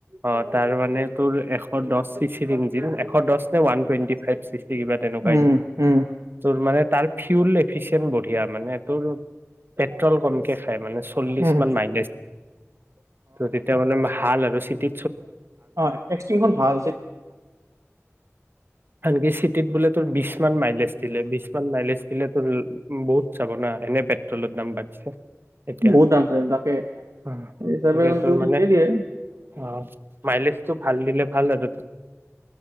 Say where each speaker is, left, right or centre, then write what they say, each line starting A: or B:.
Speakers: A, on the right; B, on the right.
A: অঁ' তাৰ মানে। এশ দিচ ইঞিন। এশ দ নে ৱান টেটি ফ কিবা তেনেকা কিন
B: উম উম
A: তোৰ মানে। তাৰ ফিউল এফিচিয়ণ্ট বঢ়িয়া। মানে তোৰ পেট্ৰল কমি হয় মানে চল্লিশ
B: উম
A: মান তেতিয়া মে ভাল। ৰছিতি
B: অঁ' এক্সটিম খন ভাল।
A: আনকি বোলে। উ্তৰ বিশ্ব বিশ মান মাইলেজ দিলে, বিশ মান মাইলেজ দিলে তো বহুত। চাব না, এনে পেট্ৰলৰ দাম বাঢ়িছে। এতিয়া
B: বহুত দাম চ তাকে
A: গতিকে
B: স হিচাপে কিন্তু
A: তোৰ
B: ঠিকেই
A: মানে
B: দিয়ে
A: অ মাইলেজটো ভাল দিলে ভাল আৰু